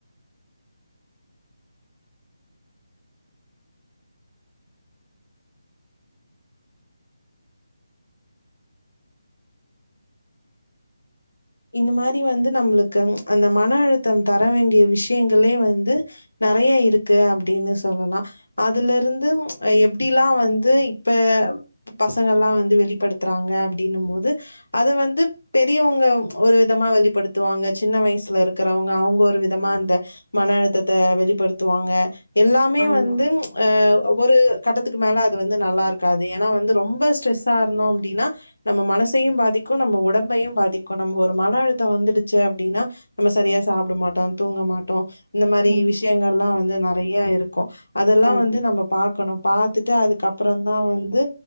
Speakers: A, on the left; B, on the right.
A: இந்த மாரி வந்து நம்ளுக்கு அந்த மன அழுத்தம் தர வேண்டிய விஷயங்களே வந்து நெறைய இருக்கு அப்டின்னு சொல்லலா அதுலருந்து எப்டிலா வந்து இப்ப பசங்கலாம் வந்து வெளிப்படுத்துறாங்க அப்டின்னும்போது அதுவந்து பெரியவங்க ஒரு விதமா வெளிப்படுத்துவாங்க சின்ன வயசுல இருக்கறவங்க அவங்க ஒரு விதமா அந்த மன அழுத்தத்த வெளிப்படுத்துவாங்க எல்லாமே
B: ஆமா.
A: வந்து அ ஒரு கட்டத்துக்கு மேல அது வந்து நல்லா இருக்காது ஏன்னா வந்து ரொம்ப ஸ்ட்ரெஸ்ஸா இருந்தோ அப்படின்னா நம்ம மனசையு பாதிக்கு நம்ம உடம்பையு பாதிக் கு நம்ம ஒரு மன அழுத்த வந்துடுச்சு அப்படின்னா நம்ம சரியா சாப்ட மாட்டோ தூங்க மாட்டோ இந்த மாரி
B: ம்.
A: விஷயங்கள்லா வந்து நெறை யா இருக்கு அதெல்லா
B: ஆமா.
A: வந்து நம்ம பாக்கணும் பாத்துட்டு அதுக்கப்பறந்தா வந்து